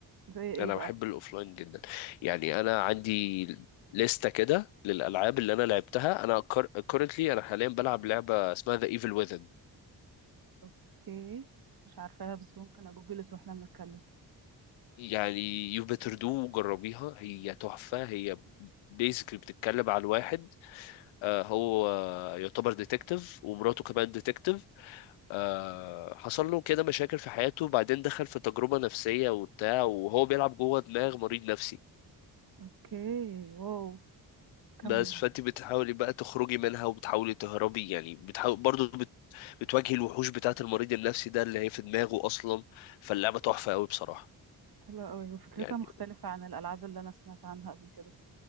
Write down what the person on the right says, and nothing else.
زي ايه
بقى
اوكي مش عارفاها بس ممكن اجوجلت واحنا بنتكلم
اوكي واو كمل
حلوة قوي وفكرتها
مختلفة عن الألعاب اللي أنا سمعت عنها قبل كده